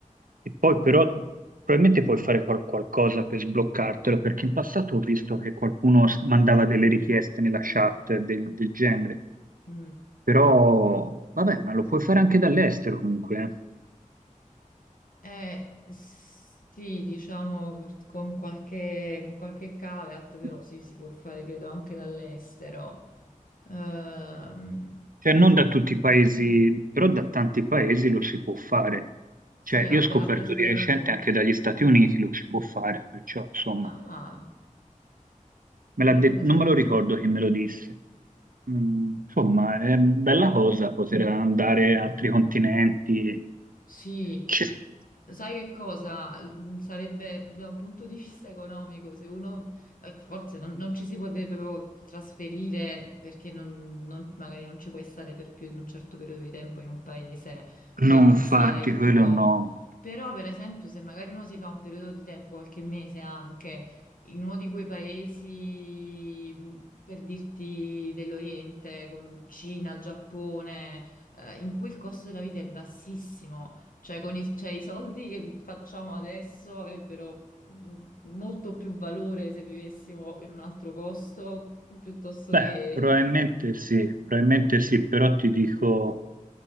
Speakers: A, on the right (about 80°); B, on the left (about 80°).
A: E poi però probabilmente puoi fare qual- qualcosa per sbloccartelo, perché in passato ho visto che qualcuno s- mandava delle richieste nella chat del, del genere.
B: mm.
A: Però, vabbè, ma lo puoi fare anche dall'estero comunque,
B: Eh, sì, diciamo por- con qualche, con qualche caveat, però
A: eh.
B: sì, si può fare credo anche dall'estero. Ehm,
A: Cioè, non da tutti i paesi, però da tanti paesi lo si può fare.
B: sì,
A: Cioè,
B: avve-
A: io ho scoperto
B: avvertendo.
A: di recente anche dagli Stati Uniti lo si può fare, perciò, insomma,
B: Ah,
A: me
B: ah,
A: l'ha
B: non
A: det-
B: lo sapevo.
A: non me lo ricordo chi me lo disse. Mm, insomma, è bella cosa poter andare a altri continenti.
B: Sì,
A: Ci-
B: sai che cosa? Mm, Sarebbe da un punto di vista economico, se uno eh, forse non, non ci si potrebbe proprio trasferire perché non, non- magari non ci puoi stare per più di un certo periodo di tempo in un paese che
A: No,
B: non
A: infatti,
B: sia il
A: quello
B: tuo.
A: no.
B: Però, per esempio, se magari uno si fa un periodo di tempo, qualche mese anche, in uno di quei paesi, mh, per dirti dell'Oriente, con Cina, Giappone, eh, in cui il costo della vita è bassissimo, cioè con i, cioè, i soldi che facciamo adesso avrebbero mh, molto più valore se vivessimo in un altro posto piuttosto
A: Beh,
B: che...
A: probabilmente sì, probabilmente sì, però ti dico,